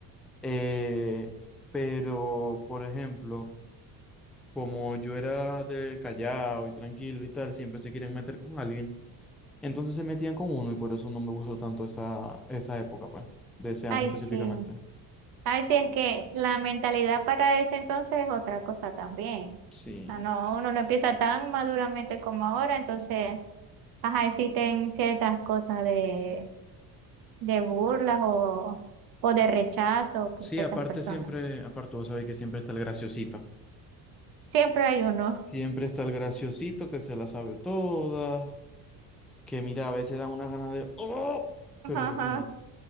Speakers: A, in the centre; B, on the right.
A: Eh, pero, por ejemplo, como yo era de callado y tranquilo y tal, siempre se quieren meter con alguien. Entonces se metían con uno y por eso no me gustó tanto esa, esa época, pues, de ese año
B: Ay,
A: específicamente.
B: sí. Ay, sí, es que la mentalidad para ese entonces es otra cosa también.
A: Sí.
B: O sea, no, uno no empieza tan maduramente como ahora, entonces, ajá, existen ciertas cosas de, de burlas o, o de rechazo con
A: Sí,
B: ciertas
A: aparte
B: personas.
A: siempre, aparte vos sabés que siempre está el graciosito.
B: Siempre hay uno.
A: Siempre está el graciosito que se la sabe toda, que mira, a veces dan unas ganas de, ¡oh! Pero
B: <laughs>
A: Dios mío.